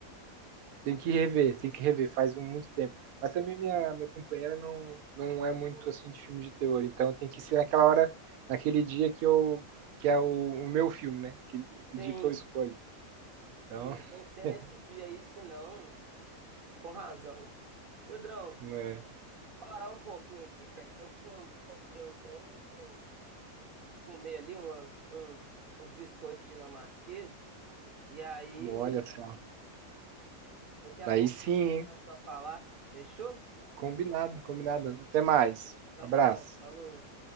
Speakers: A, on the right (about 80°); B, on the right (about 50°).
A: Tem que rever, tem que rever, faz um, muito tempo. Mas também minha, minha companheira não, não
B: Não
A: é muito
B: curte?
A: assim de filme de terror, então tem que ser naquela hora, naquele dia que eu que é o, o meu filme, né? Que,
B: Sim,
A: que dia que eu escolho.
B: sim,
A: Então,
B: tem que ser
A: <laughs>
B: nesse dia aí, senão, com razão. Pedrão,
A: é,
B: vou parar um pouquinho aqui, velho, que eu com- comprei um trem, eu vou comer ali umas- uns, uns biscoitos dinamarqueses, e aí,
A: olha só.
B: daqui a
A: Daí
B: pouco
A: sim,
B: nós voltamos
A: hein?
B: a falar, fechou?
A: combinado, combinado. Até mais.
B: Então
A: Abraço.
B: tá bom, falou.